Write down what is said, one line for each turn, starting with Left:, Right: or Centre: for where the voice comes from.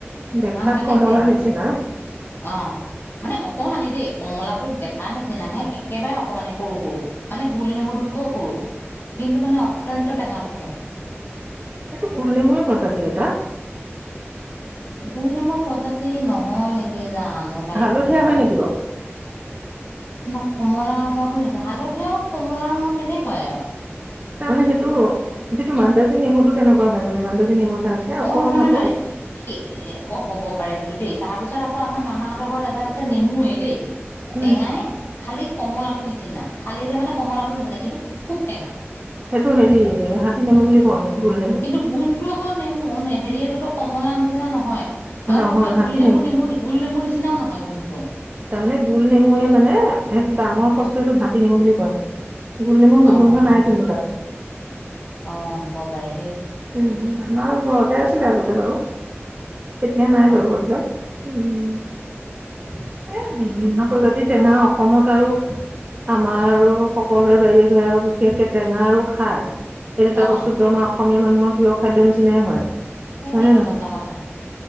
Right: দেখাত
Left: হাংঘাটিক
Right: কমলা
Left: টেঙা।
Right: নিচিনা
Left: অ, মানে অকণমানি দেই, কমলাটো দেখাৰ নিচিনাহে একেবাৰে অকমানি সৰ, সৰু। মানে গোল নেমুটোতকৈও সৰু, কিন্তু মানে অত্যন্ত টেঙা থাকে।
Right: সেইটো গোল নেমুৰে, প্ৰজাতিৰ এটা।
Left: গোল নেমুৰ প্ৰজাতি নহয় নেকি, জানো বাই
Right: হালধীয়া
Left: কি হয়।
Right: <inaudible>
Left: ন, কমলা ৰঙটোৰ নিচিনা হালধিয়া আৰু কমলা ৰঙৰ তেনেকুৱাই আৰু।
Right: তাৰ মানে সেইটো, যিটো মাদ্ৰাজী নেমুতটো তেনেকুৱা হয়, মানে মাদ্ৰাজী নেমু এটা আছে অকণ
Left: অ, নহয়, নহ,
Right: অকণ
Left: নহয়, স, অ, হ'ব পাৰে সেইটো দেই তাৰপিছত আ আকৌ আমাৰ মামাহঁতৰ ঘৰত এজাত আছে, নেমু দেই
Right: উম।
Left: টেঙাই। খালি কমলাটো নিচিনা, ফালিলে মানে কমলাটো নিচিনা, কিন্তু খুব টেঙা।
Right: সেইটো হেৰি, হাতী নেমু বুলি <inaudible>
Left: কিন্তু গোন্ধটো আকৌ, নেমু হেৰিয়কৰ কমলা নিচিনা নহয়। আৰু
Right: নহয়
Left: কিবা গোল
Right: হাতী
Left: নেমু, নেমু গোল নেমু নিচিনাও নহয় গুণটো।
Right: তাৰ মানে গোল নেমুৱে মানে, এইটো ডাঙৰ সচটো, এইটো হাতী নেমু বুলি কয়। গোল নেমু
Left: অ
Right: গোন্ধ নাই কিন্তু তাত।
Left: অ, হ'ব পাৰে দেই।
Right: উম, আমাৰ ঘৰতে আছিলে আগতে বাৰু, তেতিয়া নাই বাৰু
Left: অ
Right: গছ দাল। উম, এ, বিভিন্ন প্ৰজাতিৰ টেঙা অসমত আৰু আমাৰ সকলোৰে বাহিৰে‌ ঘৰে আৰু বিশেষকে টেঙা আৰু খাৰ। এই দুটা বস্তুটো
Left: অ
Right: আমাৰ অসমীয়া মানুহৰ প্ৰিয় খাদ্যয় নিচিনাই হয়।
Left: এই
Right: হয়
Left: সেইটো
Right: নে নহয়
Left: সঁচা কথা,